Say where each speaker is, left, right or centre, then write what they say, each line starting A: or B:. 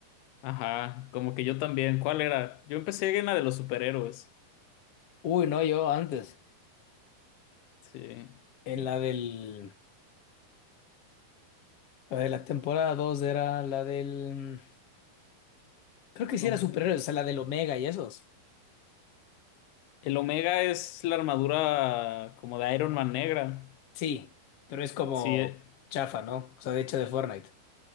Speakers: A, on the left (about 80°); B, on the left (about 50°).
A: Ajá, como que yo también. ¿Cuál era? Yo empecé en la de los superhéroes.
B: Uy, no, yo antes.
A: Sí,
B: En la del... La de la temporada 2 era la del... Creo que
A: no
B: sí era
A: sé.
B: superhéroes, o sea, la del Omega y esos.
A: El Omega es la armadura como de Iron Man negra.
B: Sí, pero es como
A: Sí, eh,
B: chafa, ¿no? O sea, de hecho de Fortnite.